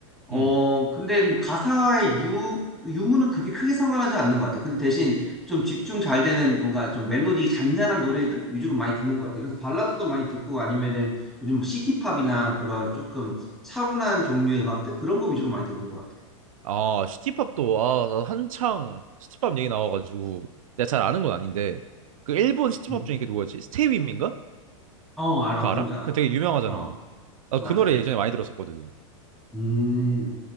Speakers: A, in the centre; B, on the right.
A: 어,
B: 음.
A: 근데 뭐 가사의 유, 유무는 그렇게 크게 상관하지 않는 것 같아. 근데 대신 좀 집중 잘 되는 뭔가 좀 멜로디 잔잔한 노래들 위주로 많이 듣는 것 같아. 그래서 발라드도 많이 듣고 아니면은 요즘 뭐 시티팝이나 그런 조금 차분한 종류의 음악들 그런 거 위주로 많이 듣는 것 같아.
B: 아, 시티팝도, 아, 나 한창 시티팝 얘기 나와가지고, 내가 잘 아는 건 아닌데, 그 일본 시티팝
A: 음.
B: 중에 그 누구였지? 스테이 윈민가?
A: 어, 알아.
B: 그거
A: 누군지
B: 알아?
A: 알아.
B: 그 되게 유명하잖아.
A: 어,
B: 나
A: 맞아.
B: 그 노래 예전에 많이 들었었거든.
A: 음.